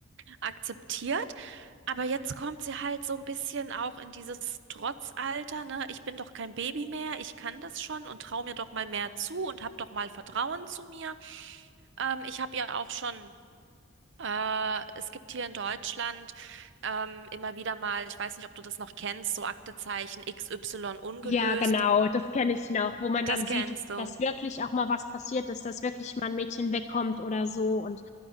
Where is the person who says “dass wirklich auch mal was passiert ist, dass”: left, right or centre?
Left